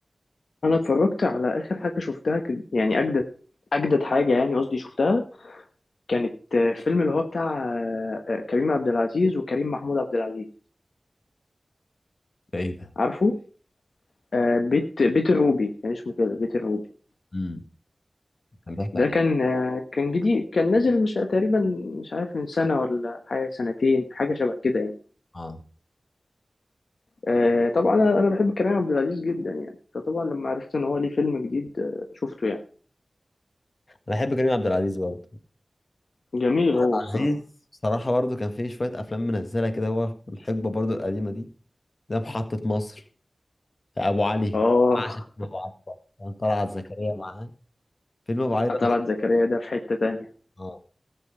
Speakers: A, on the left; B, on the left.
A: انا اتفرجت على آخر حاجة شفتها ك- يعني أجدد أجدد حاجة يعني قصدي شفتها كانت آه، فيلم اللي هو بتاع آه، آه، كريم عبد العزيز وكريم محمود عبد العزيز
B: ده ايه ده؟
A: عارفه آه، بيت بيت الروبي كان اسمه كده بيت الروبي
B: امم كان بيحكي
A: ده
B: عن
A: كان
B: ايه؟
A: آه، كان جديد كان نازل مش تقريبا مش عارف من سنة ولا حاجة سنتين حاجة شبه كده يعني
B: اه
A: آه، طبعا أنا أنا بحب كريم عبد العزيز جدا يعني فطبعا لما عرفت إن هو ليه فيلم جديد آه، شفته يعني
B: انا بحب كريم عبد العزيز برضه
A: جميل هو
B: عزيز
A: الصراحة
B: بصراحه برضه كان فيه شويه افلام منزله كده هو في الحقبه برضه القديمه دي ده محطه مصر ابو علي
A: آه
B: عشان ابو علي ده. كان طلعت زكريا معاه فيلم ابو
A: <laughs>
B: علي ده
A: طلعت
B: أسطورة.
A: زكريا ده في حتة تانية
B: اه